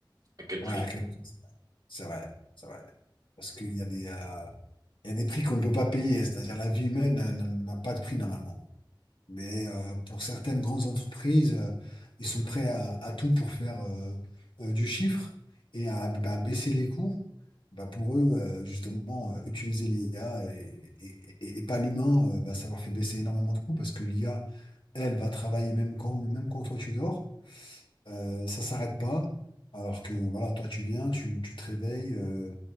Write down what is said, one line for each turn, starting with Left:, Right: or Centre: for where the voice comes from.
Right: à quel prix.
Left: ouais, à quel prix, c'est vrai, c'est vrai. c'est vrai. Parce qu'il y a des, euh, il y a des prix qu'on ne peut pas payer, c'est-à-dire la vie humaine euh, n'a n'a pas de prix normalement. Mais euh, pour certaines grandes entreprises, euh, ils sont prêts à, à tout pour faire euh, euh, du chiffre et à, bah, baisser les coûts. Bah, pour eux, euh, justement, euh, utiliser l'IA et, et- et- et pas l'humain, euh, bah, ça leur fait baisser énormément de coûts parce que l'IA, elle, va travailler même quand, même quand toi tu dors. Euh, ça s'arrête pas. Alors que voilà, toi tu viens, tu, tu te réveilles, euh,